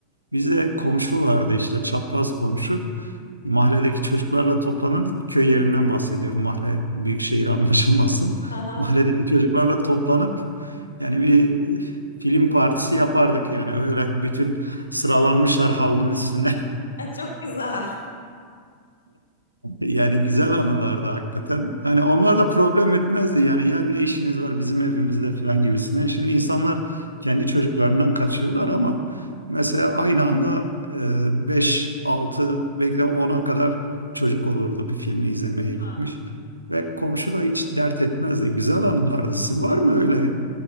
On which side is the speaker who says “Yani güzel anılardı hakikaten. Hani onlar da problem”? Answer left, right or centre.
Right